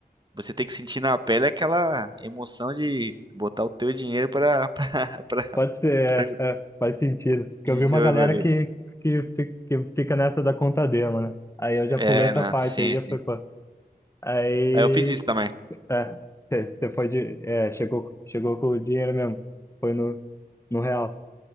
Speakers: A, on the right; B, on the left.
A: você tem que sentir na pele aquela emoção de botar o teu dinheiro pra, <laughs> pra, pra,
B: pode ser,
A: pra jo-
B: é, é, faz sentido. Porque
A: em
B: eu vi uma
A: jogo
B: galera
A: ali.
B: que, que, fi- que fica nessa da Contadema, né? Aí eu já
A: É,
B: pulei essa
A: não,
B: parte,
A: sim,
B: aí já
A: sim.
B: foi, pô. Aí,
A: Aí eu fiz isso também.
B: é, você foi de, é, chegou, chegou com o dinheiro mesmo. Foi no, no real.